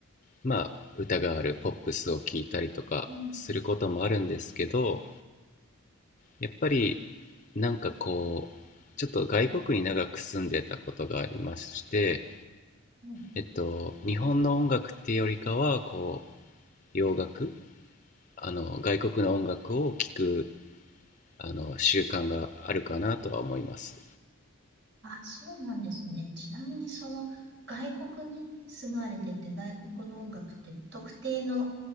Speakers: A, on the left; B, on the right.
A: まあ、歌があるポップスを聞いたりとかすることもあるんですけど、
B: うん
A: やっぱりなんかこうちょっと外国に長く住んでたことがありまして
B: うんうん
A: えっと日本の音楽っていうよりかはこう洋楽あの外国の音楽を聴くあの習慣があるかなとは思います
B: あ、そうなんですね。ちなみにその外国に住まれてて、外国の音楽って特定の